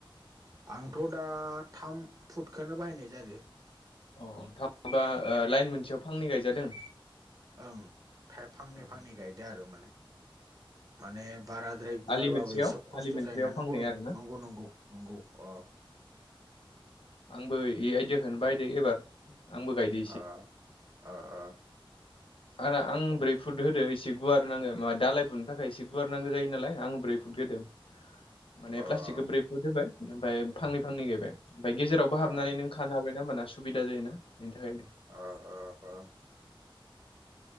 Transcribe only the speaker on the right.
आंथ' दा थाम फुटखनो बाहायनाय जादों।
ओं थाइ फांनै
फांनै गायदो आरो माने। माने बाराद्राय गुवारबाबो
एसे खस्थ'
जायोना नंगौ
नंगौ नंगौ। नंगौ अ।
अ अ-अ।
<inaudible>
ओं
अ
औ- औ -औ।